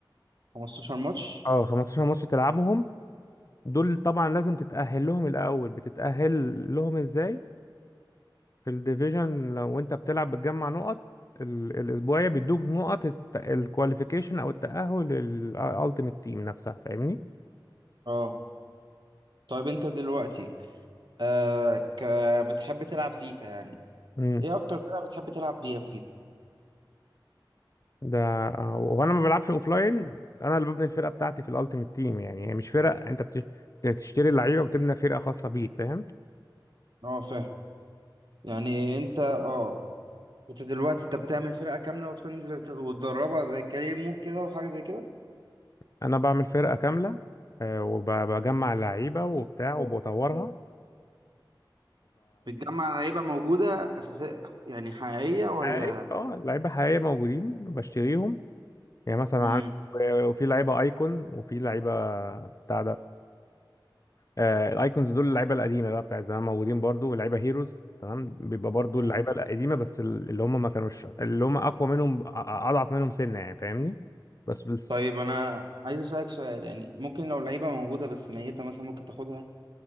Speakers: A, on the right; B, on the left.
A: 15 ماتش
B: اه 15 ماتش تلعبهم دول طبعا لازم تتأهل لهم الأول بتتأهل لهم إزاي في الديفيجن لو أنت بتلعب بتجمع نقط ال- الأسبوعية بيدوك نقط الكواليفيكيشن أو التأهل للألتيميت تيم نفسها فاهمني؟
A: اه طيب انت دلوقتي آه ك... بتحب تلعب فيفا يعني
B: امم
A: ايه اكتر فرقة بتحب تلعب بيها فيفا
B: ده آه، وأنا ما بلعبش أوفلاين أنا اللي ببني الفرقة بتاعتي في الألتيميت تيم يعني هي مش فرق أنت بت- بتشتري اللعيبة وبتبني فرقة خاصة بيك فاهم؟
A: اه فاهم يعني انت اه انت دلوقتي انت بتعمل فرقة كاملة وتنزل تت- وتدربها زي كارير مود كده وحاجة زي كده
B: أنا بعمل فرقة كاملة آه، وبجمع اللعيبة وبتاع وبطورها
A: بتجمع لعيبة موجودة أساسية يعني حقيقية ولا
B: حقيقي اه لعيبه حقيقيه موجودين بشتريهم يعني مثلا
A: مم.
B: عندك وفي لعيبه ايكون وفي لعيبه بتاع ده آه الايكونز دول اللعيبه القديمه بقى بتاع زمان موجودين برضو واللعيبه هيروز تمام بيبقى برضو
A: مم.
B: اللعيبه القديمه بس ال- اللي هم ما كانوش اللي هم اقوى منهم أ- أ- اضعف منهم سنه يعني فاهمني بس بس
A: طيب أنا عايز أسألك سؤال يعني ممكن لو لعيبة موجودة بس ميتة مثلا ممكن تاخدها